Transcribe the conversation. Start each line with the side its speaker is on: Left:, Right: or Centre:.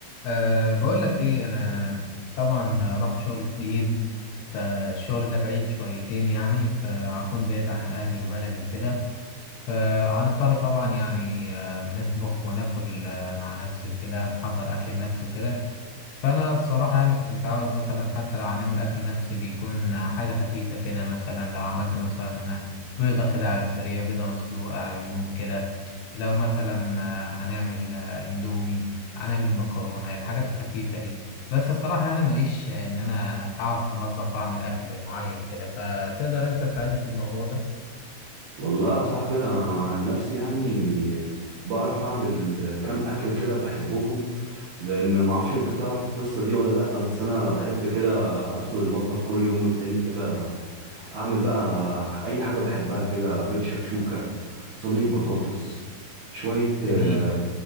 Left: أه بقول لك ايه انا طبعا رحت شغل جديد فالشغل ده بعيد شويتين يعني فهكون بعيد عن اهلي وبلدي وكده فهنضطر طبعا يعني آه، نطبخ وناكل آه، مع نفسي وكده نحضر اكل لنفسي وكده فأنا الصراحة يعني كنت متعود مثلا حتى لو هنعمل أكل نفسي بيكون حاجة خفيفة كده مثلا لو عملت مثلا بيضة كده على السريع بيضة مسلوقة عيون كده لو مثلا آه، هنعمل آه، اندومي هنعمل مكرونة الحاجات الخفيفة دي بس الصراحة يعني ماليش آه، إن أنا أقعد في المطبخ وأعمل أكل معين كده فتقدر أنت تساعدني في الموضوع ده؟
Right: والله يا صاحبي انا عن نفسي يعني بعرف اعمل كام اكله كده بحبهم لان ما اعرفش انت تعرف القصه دي ولا لا بس انا بحب كده ادخل المطبخ كل يوم والتاني كده اعمل بقى اي حاجه بحبها كده بيت شكشوكه صينيه بطاطس شويه آه،
Left: جميل